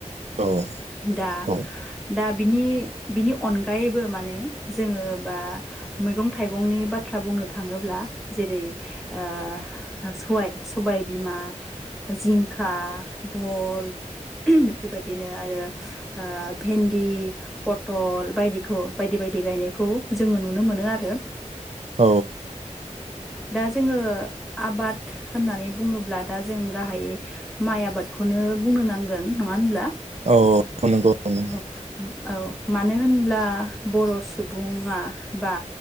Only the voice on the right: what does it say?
औ
औ
औ
औ नंगौ नोंथां